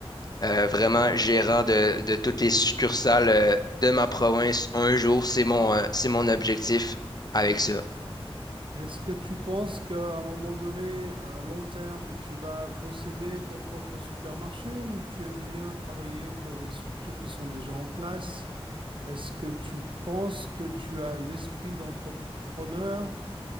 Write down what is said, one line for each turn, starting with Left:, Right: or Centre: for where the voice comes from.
Left: euh, vraiment gérant de, de toutes les succursales euh, de ma province un jour. C'est mon, euh, c'est mon objectif avec ça.
Right: Est-ce que tu penses qu'à un moment donné, à long terme, tu vas posséder ton propre supermarché ou tu aimes bien travailler pour des structures qui sont déjà en place? Est-ce que tu penses que tu as l'esprit d'entrepreneur